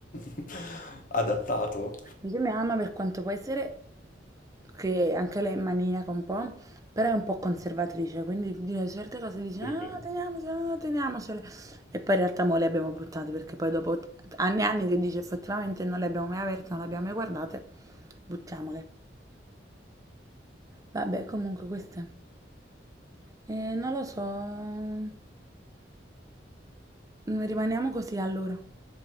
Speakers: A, on the left (about 45°); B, on the right (about 20°).
A: <laughs> adattato.
B: invece mia mamma, per quanto può essere, che anche lei è maniaca un po', però è un po' conservatrice, quindi dire certe cose dice,
A: Ok.
B: ah, teniamocele, ah, teniamocele. E poi in realtà mo le abbiamo buttate, perché poi dopo t- anni e anni che dice effettivamente non le abbiamo mai aperte, non le abbiamo mai guardate, buttiamole. Vabbè, comunque queste. Eh, non lo so. Mm, Rimaniamo così allora.